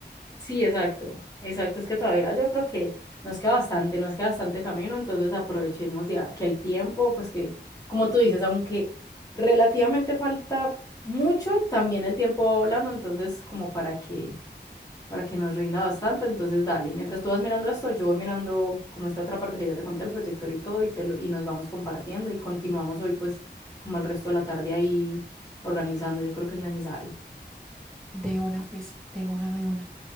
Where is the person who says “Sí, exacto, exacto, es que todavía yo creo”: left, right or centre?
Left